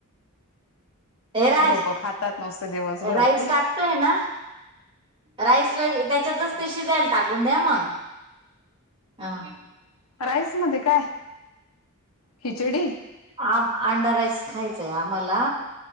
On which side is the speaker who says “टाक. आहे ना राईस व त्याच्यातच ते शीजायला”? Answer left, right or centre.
Right